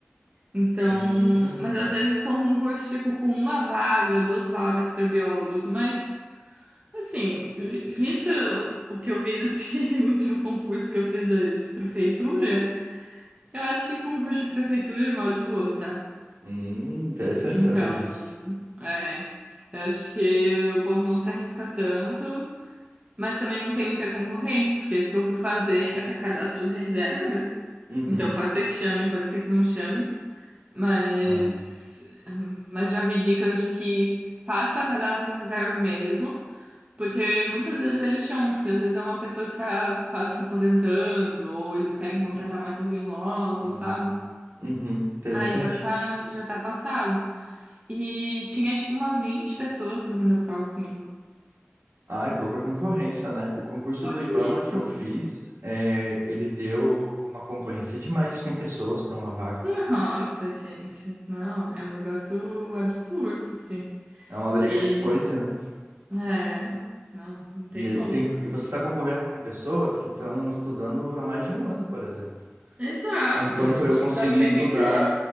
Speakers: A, on the right; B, on the right.
A: Então,
B: Hum,
A: mas às vezes são concursos tipo com uma vaga, duas vagas pra biólogos, mas assim, vi- visto o que eu vi desse <laughs> último concurso que eu fiz de de prefeitura, Eu acho que concurso de prefeitura é mal de boas, tá?
B: hum, interessante
A: Então,
B: saber disso.
A: é. Eu acho que o povo não se arrisca tanto, mas também não tem muita concorrência, porque esse que eu fui fazer é pra cadastro de reserva, né?
B: Uhum.
A: Então pode ser que chamem, pode ser que não chamem, mas
B: Ah,
A: mas já vi dicas de que faz pra cadastro de reserva mesmo, porque muitas vezes eles chamam, porque às vezes é uma pessoa que tá quase se aposentando, ou eles querem contratar mais alguém logo,
B: hum,
A: sabe?
B: uhum, interessante.
A: Aí já tá, já tá passado. E tinha tipo umas 20 pessoas fazendo a prova comigo.
B: Ah, e pouca concorrência, né? O concurso
A: Pouquíssimo.
B: do IBAMA que eu fiz, é, ele deu uma concorrência de mais de 100 pessoas para uma vaga.
A: <laughs> Nossa, gente. Não, é um negócio absurdo, assim.
B: É uma briga
A: E
B: de foice, né?
A: é, não, não tem
B: E é,
A: como.
B: tem, e você está concorrendo com pessoas que estão estudando há mais de um ano, por exemplo.
A: Exato,
B: Enquanto
A: a gente
B: eu consegui
A: que tá o tempo
B: estudar
A: inteiro.